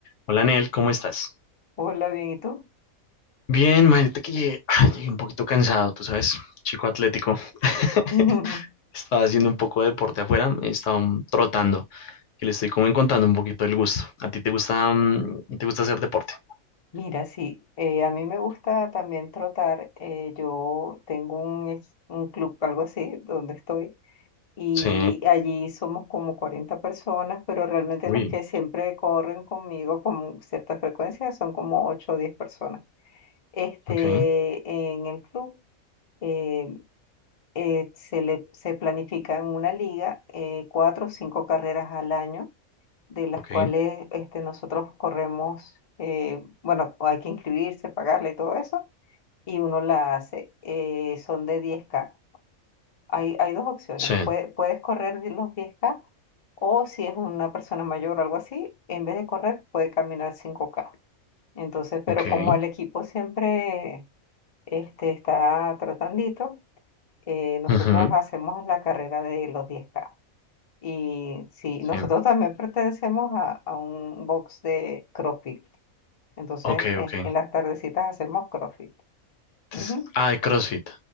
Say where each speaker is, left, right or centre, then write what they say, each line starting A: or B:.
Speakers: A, on the left; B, on the left.
A: Hola, Nel, ¿cómo estás?
B: Hola, bien, ¿y tú?
A: Bien, imagínate que llegué, <clears throat> ay, llegué un poquito cansado, tú sabes, chico atlético. <laughs>
B: <laughs>
A: Estaba haciendo un poco de deporte afuera, estaba um, trotando, que le estoy como encontrando un poquito el gusto. ¿A ti te gusta, mm, te gusta hacer deporte?
B: Mira, sí, eh, a mí me gusta también trotar. eh, yo tengo un, ex- un club, algo así, donde estoy, y
A: Sí,
B: allí somos como 40 personas, pero realmente
A: uy,
B: los que siempre corren conmigo con cierta frecuencia son como 8 o 10 personas. Este,
A: ok,
B: en el club eh, eh, se le, se planifica en una liga eh, cuatro o cinco carreras al año de las
A: ok,
B: cuales este, nosotros corremos, eh, bueno, hay que inscribirse, pagarle y todo eso, y uno la hace, eh, son de diez k Hay, hay dos opciones,
A: sí,
B: puede- puedes correr de los diez k o si es una persona mayor o algo así, en vez de correr puede caminar cinco k Entonces, pero
A: ok,
B: como el equipo siempre este, está tratandito, eh, nosotros
A: ujú,
B: hacemos la carrera de los diez k y sí,
A: sí,
B: nosotros también pertenecemos a, a un box de CrossFit. Entonces,
A: ok,
B: eh,
A: ok.
B: en las tardecitas hacemos CrossFit.
A: Entonces,
B: Ujú,
A: ah, de CrossFit,